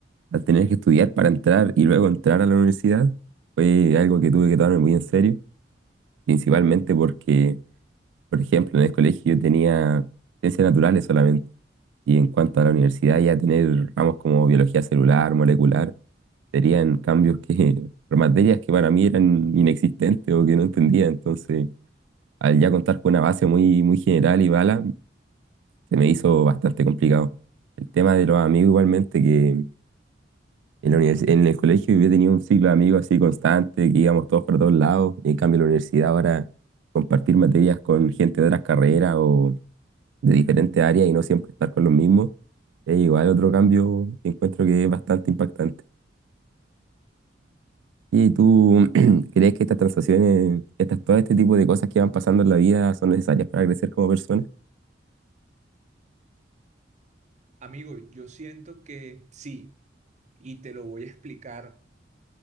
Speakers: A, on the right (about 80°); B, on the right (about 40°).
A: al tener que estudiar para entrar y luego entrar a la universidad, fue algo que tuve que tomarme muy en serio, principalmente porque, por ejemplo, en el colegio yo tenía ciencias naturales solamente. Y en cuanto a la universidad, ya tener ramos como biología celular, molecular, serían cambios que, <laughs> por materias que para mí eran inexistentes o que no entendía. Entonces, al ya contar con una base muy, muy general y bala, se me hizo bastante complicado. El tema de los amigos, igualmente, que en la univers- en el colegio yo tenía un ciclo de amigos así constante, que íbamos todos para todos lados. En cambio, en la universidad ahora compartir materias con gente de otras carreras o de diferentes áreas y no siempre estar con los mismos, es igual otro cambio que encuentro que es bastante impactante. ¿Y tú <clears throat> crees que estas transacciones, estas, todo este tipo de cosas que van pasando en la vida son necesarias para crecer como persona?
B: Amigo, yo siento que sí, y te lo voy a explicar